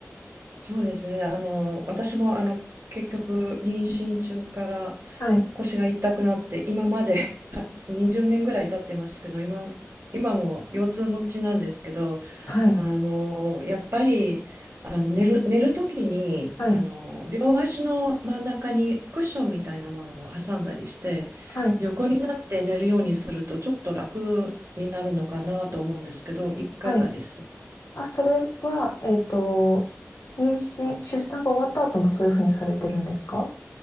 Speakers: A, on the right; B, on the left.
A: そうですね。あの、私もあの結局、妊娠中から
B: はい。
A: 腰が痛くなって、今まで <laughs> 20年ぐらい経ってますけど、今、今も腰痛持ちなんですけど、
B: はい。
A: あのやっぱりあの寝る、寝る時にあの両足の真ん中にクッションみたいなものを挟んだりして、
B: はい。はい。
A: 横になって寝るようにすると、ちょっと楽になるのかなと思うんですけど、いかがです
B: はい。あ、それは、えっと、妊娠、出産が終わった後もそういうふうにされてるんですか